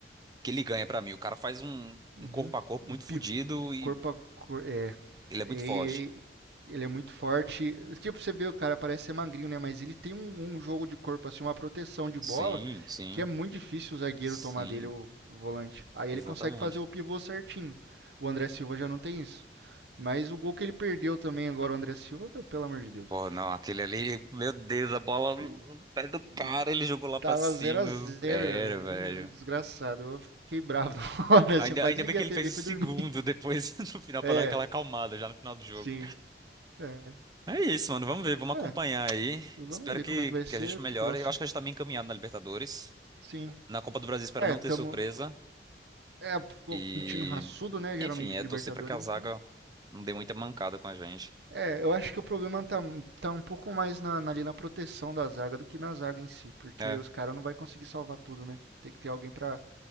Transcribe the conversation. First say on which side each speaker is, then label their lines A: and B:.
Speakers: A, on the right (about 20°); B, on the right (about 75°).
A: que ele ganha pra mim. O cara faz um,
B: Uhum.
A: um corpo a corpo
B: Um
A: muito fodido e
B: Corpo a corpo. É.
A: ele é
B: E-
A: muito forte.
B: ele é muito forte. Tipo, você vê o cara, parece ser magrinho, né? Mas ele tem um, um jogo de corpo, assim, uma proteção de
A: Sim,
B: bola,
A: sim,
B: que é muito difícil o zagueiro
A: sim,
B: tomar dele o, o volante. Aí ele
A: exatamente.
B: consegue fazer o pivô certinho. O André Silva já não tem isso. Mas o gol que ele perdeu também agora, o André Silva, meu, pelo amor de Deus.
A: Pô, não, aquele ali, meu Deus, a bola
B: E,
A: no pé do cara,
B: e
A: ele jogou lá
B: tava
A: pra cima.
B: 0x0,
A: Era,
B: cara.
A: velho.
B: Desgraçado. Eu fiquei bravo <laughs> na hora,
A: Ainda,
B: assim, eu quase
A: ainda
B: desliguei
A: bem que
B: a
A: ele
B: TV
A: fez
B: e
A: o
B: fui
A: segundo
B: dormir.
A: depois <laughs> no final
B: É,
A: pra dar aquela acalmada já no final do jogo.
B: sim. É.
A: É isso, mano. Vamos ver, vamos acompanhar
B: É,
A: aí.
B: Vamos
A: Espero
B: ver
A: que,
B: como é que vai ser.
A: que a gente melhore.
B: Próximo.
A: Eu acho que a gente tá bem encaminhado na Libertadores.
B: Sim.
A: Na Copa do Brasil, espero
B: É,
A: não
B: tamo.
A: ter surpresa.
B: É
A: E,
B: um time raçudo, né? Geralmente
A: enfim,
B: de
A: é
B: Libertadores,
A: torcer pra que a zaga
B: então.
A: não dê muita mancada com a gente.
B: É, eu acho que o problema tá, tá um pouco mais na, na- ali na proteção da zaga do que na zaga em si, porque
A: É,
B: os caras não vai conseguir salvar tudo, né? Tem que ter alguém pra,